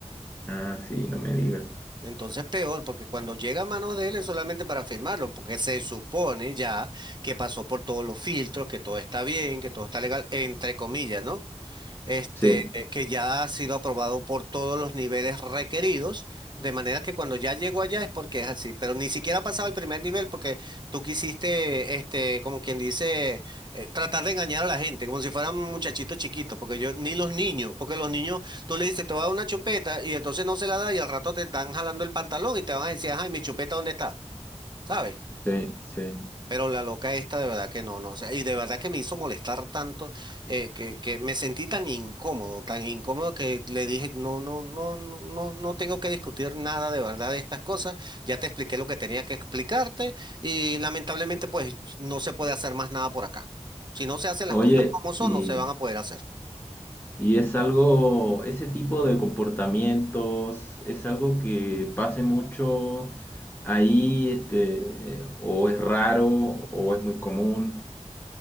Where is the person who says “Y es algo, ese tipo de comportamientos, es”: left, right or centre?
Left